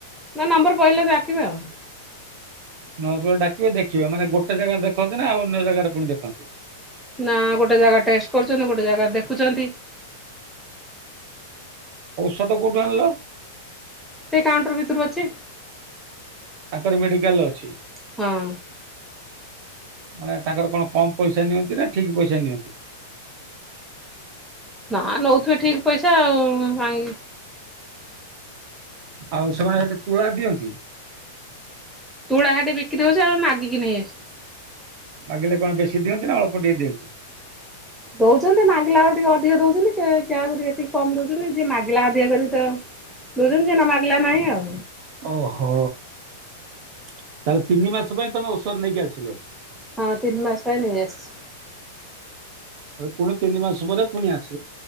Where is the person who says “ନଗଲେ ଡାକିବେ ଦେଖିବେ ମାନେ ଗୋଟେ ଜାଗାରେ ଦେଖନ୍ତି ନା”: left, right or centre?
Right